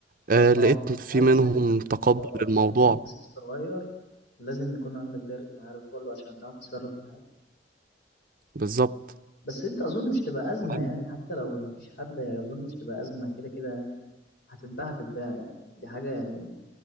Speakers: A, on the right; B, on the left.
A: أه
B: اه
A: لقيت في
B: اهم
A: منهم
B: حاجه في ال-
A: تقبل
B: آه،
A: للموضوع
B: في البيزنس الصغير لازم يكون عندك دايره معارف برضه عشان تعرف تتصرف في الحاجه
A: بالظبط
B: بس انت اظن مش تبقى ازمه
A: تمام؟
B: يعني حتى لو مفيش حد يعني اظن مش تبقى ازمه كده كده هتتباع هتتباع يعني دي حاجه يعني